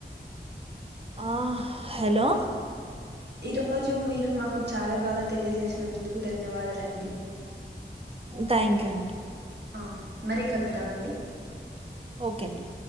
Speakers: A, on the right; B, on the right.
A: ఆ హలో
B: ఈ రోజు మీరు మాకు చాలా బాగా తెలియజేసినందుకు ధన్యవాదులండి.
A: థ్యాంక్ యూ అండి.
B: ఆ మరీ కలుద్దామండి.
A: ఓకే అండి.